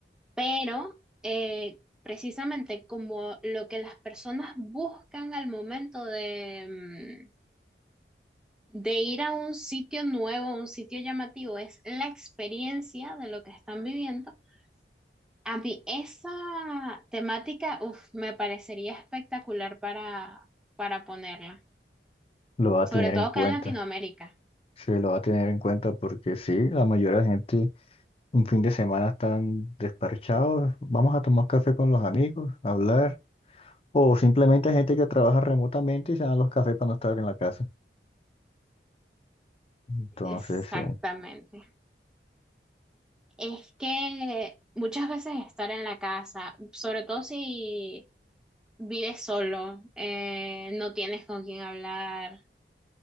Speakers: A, in the centre; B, on the left.
A: Pero eh, precisamente como lo que las personas buscan al momento de, mm, de ir a un sitio nuevo, a un sitio llamativo, es la experiencia de lo que están viviendo. A mí esa temática, uf, me parecería espectacular para, para ponerla,
B: Lo va
A: sobre
B: a tener
A: todo
B: en cuenta.
A: acá en Latinoamérica.
B: Sí, lo va a tener en cuenta porque sí, la mayoría de gente un fin de semana están despachados. Vamos a tomar café con los amigos, hablar. O simplemente hay gente que trabaja remotamente y se dan los cafés para no estar en la casa. Entonces,
A: Exactamente.
B: sí.
A: Es que muchas veces estar en la casa, sobre todo si Vives solo, eh, no tienes con quién hablar.